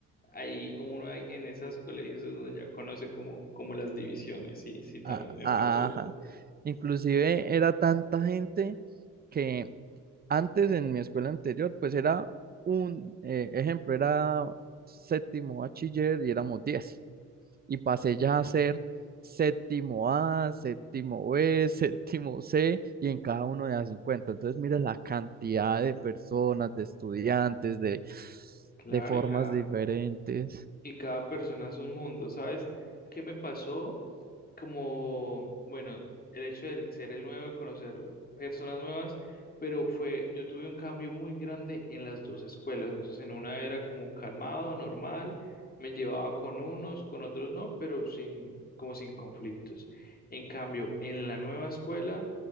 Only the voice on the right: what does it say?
a-
a-
ajá. Inclusive era tanta gente que antes en mi escuela anterior, pues era un eh, ejemplo, era séptimo bachiller y éramos diez Y pasé
ya a ser séptimo A, séptimo B, <laughs> séptimo C y en cada uno de las 50. Entonces, mira la cantidad de personas, de estudiantes, de,
de formas
diferentes.